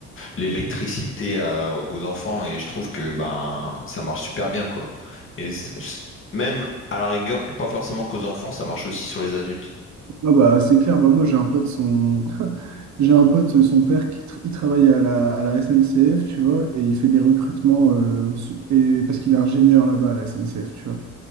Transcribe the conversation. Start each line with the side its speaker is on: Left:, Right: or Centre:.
Left: l'électricité à- aux enfants et je trouve que ben ça marche super bien quoi. Et c- c- même à la rigueur, pas forcément qu'aux enfants, ça marche aussi sur les adultes.
Right: Ah bah, c'est clair, bah, moi, j'ai un pote, son... <laughs> j'ai un pote, son père, qui tra- il travaille à la, à la SNCF, tu vois, et il fait des recrutements euh, su- et... parce qu'il est ingénieur là-bas à la SNCF, tu vois.